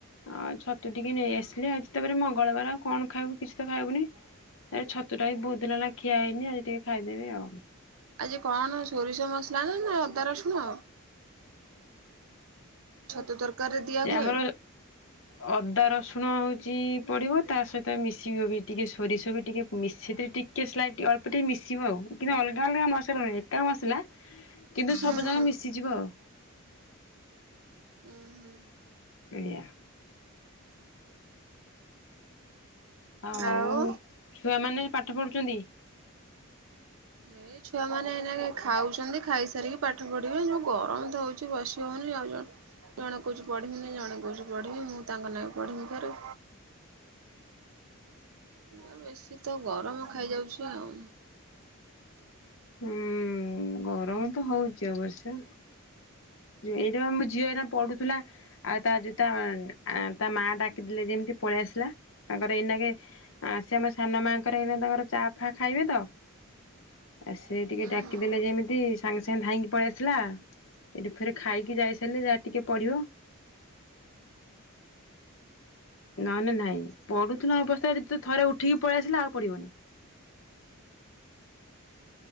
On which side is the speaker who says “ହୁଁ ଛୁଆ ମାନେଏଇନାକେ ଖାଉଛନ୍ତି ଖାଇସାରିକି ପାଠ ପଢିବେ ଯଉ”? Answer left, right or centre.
Right